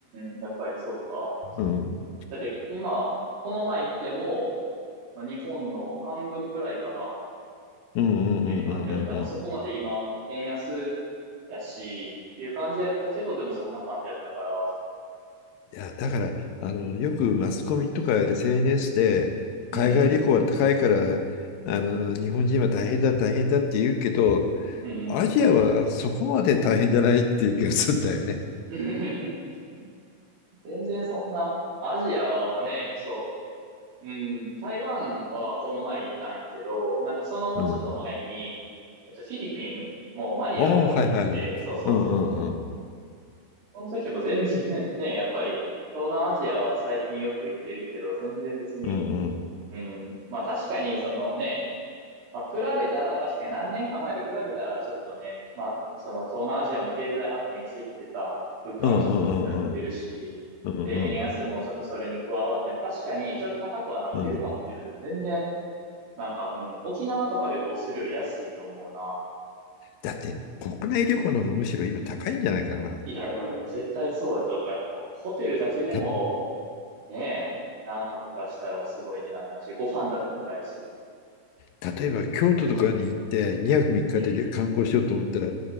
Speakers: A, on the right (about 75°); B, on the left (about 80°).
A: ん、やっぱりそっか。
B: うん。
A: だって今、この前行っても、まあ、日本の半分ぐらいかなっ
B: うんうんうんうんうんうん。
A: ていう感じやった。まあ、そこまで今、円安やし、っていう感じやったけど、でもそんな感じやったから。
B: いや、だから、あの、よくマスコミとか SNS で、
A: うんうん
B: 海外旅行は高いから、あの、日本人は大変だ、大変だって言うけど、
A: うん。うんうん
B: アジアはそこまで大変じゃないっていう気がするんだよね。
A: うん。<laughs> 全然そんな、アジアはね、そう、うん、台湾はこの前行ったんやけど、なんかそのもうちょっと前に、
B: うん。
A: えっと、フィリピンもうマニラの方に行って、
B: ああ、はいはい。うんうんうん。
A: そうそうそうそうそう。その時も全然 <laughs> ね、やっぱり、東南アジアは最近よく行ってるけど、全然別に、
B: うんうん。
A: うん。まあ確かにそのね、まあ比べたら、確かに何年か前と比べたらちょっとね、まあその東南アジアも経済発展してきてさ、物価もちょっと高くなってるし、
B: うんうんうんうん。うんうん
A: で、円安もちょっとそれに加わって、まあ確かにちょっと高くはなってるかもしれないけど、
B: うん。
A: でも全然、なんか、うん、沖縄とか旅行するより安いと思うな。
B: だって国内旅行の方がむしろ今高いんじゃないかな。
A: いや、うん、絶対そうやと思う。やっぱもうホテルだけでも
B: た、
A: ねえ、何泊かしたらもうすごい値段になるし、ご飯だって高いし。
B: 例えば京都とかに行って2泊3日で旅観光しようと思ったら、
A: うん。